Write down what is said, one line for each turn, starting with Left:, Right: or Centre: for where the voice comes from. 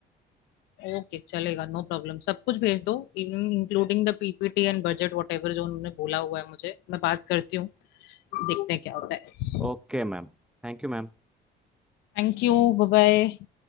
Left: ओके चलेगा नो प्रॉब्लम सब कुछ भेज दो including the PPT and budget whatever जो उन्होंने बोला हुआ है मुझे मैं बात करती हूँ देखते हैं क्या होता है
Centre: Okay ma'am thank you ma'am
Left: Thank you bye bye